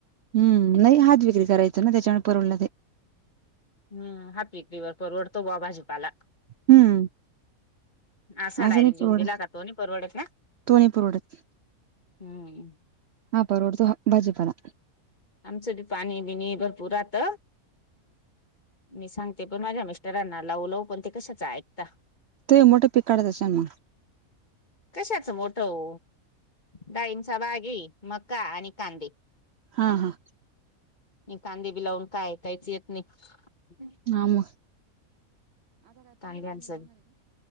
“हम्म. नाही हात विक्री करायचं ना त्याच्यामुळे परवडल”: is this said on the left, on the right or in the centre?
Right